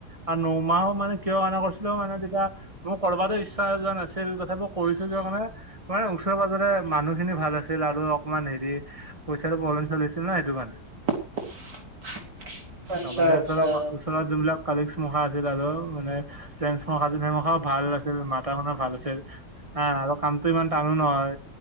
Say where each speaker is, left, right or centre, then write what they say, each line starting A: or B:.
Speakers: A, on the right; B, on the right.
A: আৰু নমাহো মানে কিয় কানা কৰিছিলো মানে তেতিয়া, মোৰ কৰবাত ইচ্ছা যোৱা নাছিল তথাপি কৰিছো যোৱা কাৰণে, মানে ওচৰে-পাজৰে মানুহখিনি ভাল আছিল আৰু অকণমান হেৰি, পইচাটো পৰব্লেম চলি আছিল ন সেইটো কাৰণে।
B: <unintelligible> আচ্ছা
A: তাৰ মানে
B: আচ্ছা
A: ওচৰ- ওচৰত যোনবিলাক কালিগঞ্জ মুখা আছিল আৰু মানে ফ নেমুখাও ভাল আছিল মাতা শুনৰ ভাল আছিল। আহ', আৰু কামতটো ইমান টানো নহয়,